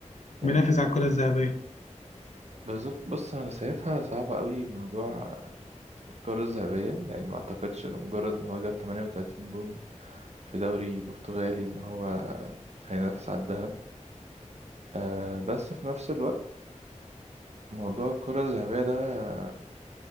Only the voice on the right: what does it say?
يعني
بالظبط بص انا شايفها صعبة قوي موضوع الكرة الذهبية يعني ما اعتقدش ان مجرد ان هو جاب 38 جون في دوري برتغالي ان هو هينافس على الذهب آه بس في نفس الوقت موضوع الكرة الذهبية ده